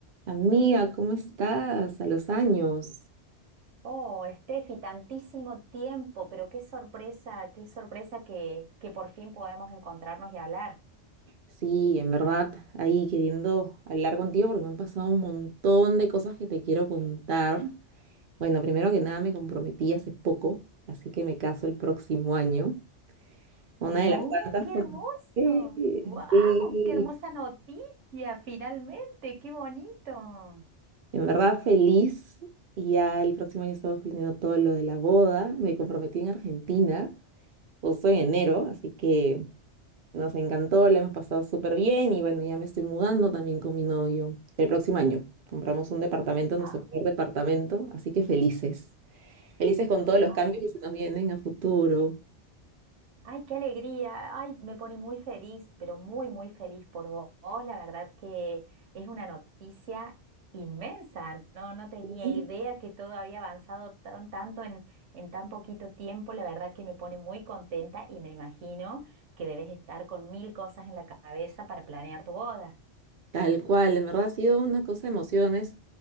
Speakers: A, on the right; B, on the right.
A: Amiga, ¿cómo estás? A los años.
B: Oh, Steffi, tantísimo tiempo, pero qué sorpresa, qué sorpresa que, que por fin podemos encontrarnos y hablar.
A: Sí, en verdad, ahí queriendo hablar contigo porque me han pasado un montón de cosas que te quiero contar. Bueno, primero que nada me comprometí hace poco, así que me caso el próximo año. Una
B: No,
A: de las tantas
B: qué
A: cosas.
B: hermoso.
A: Sí,
B: ¡Wow!
A: sí.
B: ¡Qué hermosa noticia! Finalmente, qué bonito.
A: En verdad feliz. Y ya el próximo año estamos planeando todo lo de la boda. Me comprometí en Argentina, justo en enero, así que... Nos encantó, la hemos pasado súper bien y bueno, ya me estoy mudando también con mi novio el próximo año. Compramos un departamento, nuestro
B: Ah,
A: primer departamento, así que felices. Felices con todos los
B: ay.
A: cambios que se nos vienen a futuro.
B: Ay, qué alegría. Ay, me pone muy feliz, pero muy, muy feliz por vo- vos. La verdad que es una noticia inmensa. No, no tenía
A: Sí.
B: idea que todo había avanzado tan, tanto en, en tan poquito tiempo. La verdad que me pone muy contenta y me imagino que debes estar con mil cosas en la cabeza para planear tu boda.
A: Tal cual, en verdad ha sido una cosa de emociones.